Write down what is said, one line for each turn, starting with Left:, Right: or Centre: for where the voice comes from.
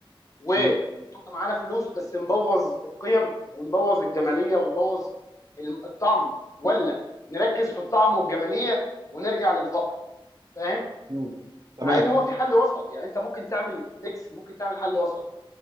Left: وتبقى
Right: مم.
Left: معانا فلوس بس نبوظ القيم ونبوظ الجماليه ونبوظ الم- الطعم ولا نركز في الطعم والجماليه ونرجع للفقر فاهم
Right: مم. تمام
Left: مع ان هو في حل وسط يعني انت ممكن تعمل ميكس ممكن تعمل حل وسط